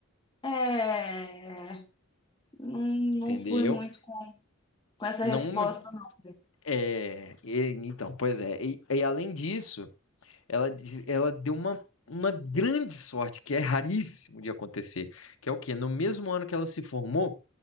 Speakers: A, on the left; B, on the left.
A: É. é, é. Não, não
B: entendeu?
A: fui muito com, com essa
B: Não
A: resposta,
B: me
A: não.
B: É, e- então, pois é. E, e além disso, ela, diz- ela deu uma, uma grande sorte, que é raríssimo de acontecer, que é o quê? No mesmo ano que ela se formou,